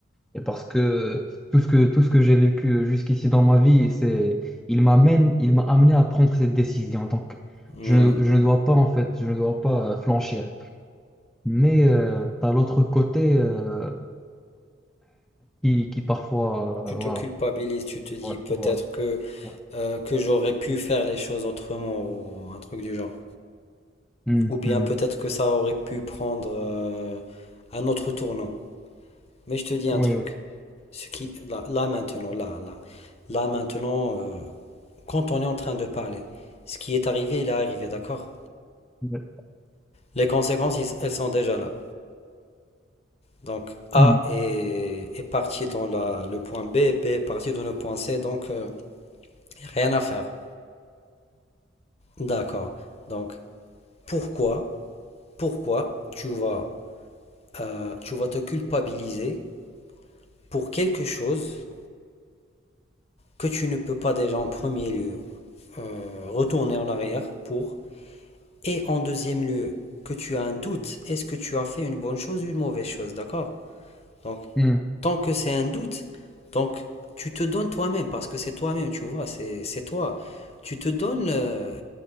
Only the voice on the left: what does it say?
ouais.
Tu
te culpabilises, tu te dis
peut-être
que,
euh, que j'aurais pu faire les choses autrement ou un truc du genre.
Ou bien
peut-être que ça aurait pu prendre euh, un autre tournant. Mais je te dis un
truc,
ce qui, là, là maintenant, là, là, là maintenant, euh, quand on est en train de parler, ce qui est arrivé, il est arrivé, d'accord?
Les conséquences, elles sont déjà là. Donc A
est, est parti dans la- le point B, et B est parti dans le point C, donc euh, rien à faire. D'accord. Donc pourquoi, pourquoi tu vas, euh, tu vas te culpabiliser pour quelque chose que tu ne peux pas déjà en premier lieu euh, retourner en arrière pour, et en deuxième lieu que tu as un doute, est-ce que tu as fait une bonne chose ou une mauvaise chose, d'accord? Donc
tant que c'est un doute, donc tu te donnes toi-même, parce que c'est toi-même, tu vois, c'est c'est toi. Tu te donnes, euh,